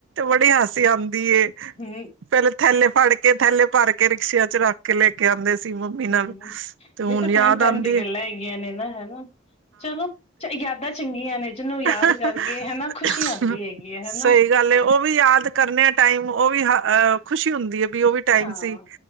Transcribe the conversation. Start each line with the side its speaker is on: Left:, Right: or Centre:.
Right: <inaudible> ਦੀਏ
Left: ਹੂੰ
Right: ਪਹਿਲਾਂ ਥੈਲੇ ਫੜ ਕੇ ਥੈਲੇ ਰੱਖ ਕੇ ਲੈ ਕੇ ਆਉਂਦੇ ਸੀ ਮੰਮੀ ਨਾਲ
Left: ਹਮ
Right: ਤੇ ਹੁਣ
Left: ਦੇਖੋ
Right: ਯਾਦ
Left: ਟਾਈਮ -ਟਾਈਮ
Right: ਆਉਂਦੀ
Left: ਦੀਆਂ ਗੱਲਾਂ
Right: ਹੈ
Left: ਹੈਗੀਆਂ ਨੇ ਨਾ। ਹਮਮ! ਚਲੋ, ਯਾਦਾਂ ਚੰਗੀਆਂ ਨੇ ਜਿਹਨੂੰ ਯਾਦ
Right: ਹੁ -ਹੁ
Left: ਕਰਕੇ ਹਨਾ ਖੁਸ਼ੀ ਆਂਦੀ
Right: -ਹੁ
Left: ਹੈਗੀ ਹੈ
Right: ਸਹੀ
Left: ਹਨਾ।
Right: ਗੱਲ ਏ। ਉਹ ਵੀ ਯਾਦ ਕਰਨੇ ਆ ਟਾਈਮ ਉਹ ਵੀ ਅਹ ਖੁਸ਼ੀ ਹੁੰਦੀ ਹੈ। ਵੀ ਉਹ ਵੀ ਟਾਈਮ
Left: ਹਾਂ।
Right: ਸੀ